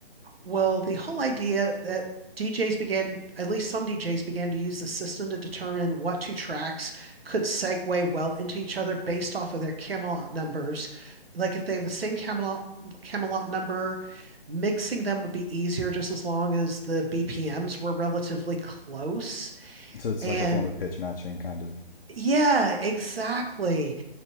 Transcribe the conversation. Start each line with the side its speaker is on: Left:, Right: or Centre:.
Right: Well, the whole idea that DJs began, at least some DJs began to use the system to determine what two tracks could segue well into each other based off of their Camelot numbers. Like if they have the same Camelot Camelot number, mixing them would be easier just as long as the BPMs were relatively close.
Left: so it's
Right: And
Left: like a form of pitch matching, kind of.
Right: yeah, exactly.